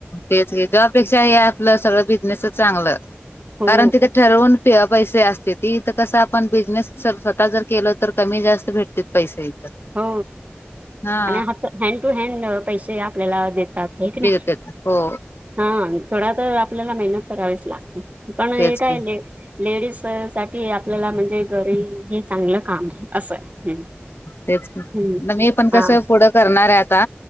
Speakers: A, on the left (about 65°); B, on the right (about 40°).
A: तेच जॉपेक्षा हे आपलं सगळं बिझनेसच चांगलं
B: हो
A: कारण तिथे ठरवून पैसे असते ती इथं कसं आपण बिझनेसर स्वतः जर केलं तर कमी जास्त भेटते पैसे इथं
B: हो
A: हा
B: आणि ह हँड टू हॅड पैसे आपल्याला देतात. हाय की ना
A: भेटतेत हो
B: हा थोडा तर आपल्याला मेहनत करावीच लागते पण हे
A: तेच
B: काय,
A: की
B: लेडीज साठी आपल्याला म्हणजे घरी हे चांगलं काम असं आहे.
A: तेच
B: हम्म
A: मी पण
B: हा
A: कसं पुढं करणार आहे आता